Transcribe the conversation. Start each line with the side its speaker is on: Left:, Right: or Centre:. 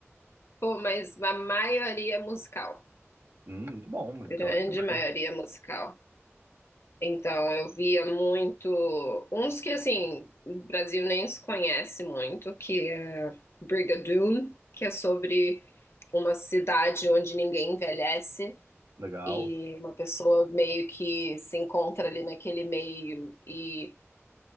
Left: Pô, mas a maioria é musical,
Right: Hum, muito bom, musical
Left: grande
Right: é demais.
Left: maioria é musical. Então, eu via muito. Uns que, assim, o Brasil nem se conhece muito, que é Brigadoon, que é sobre uma cidade onde ninguém envelhece
Right: Legal.
Left: e uma pessoa meio que se encontra ali naquele meio e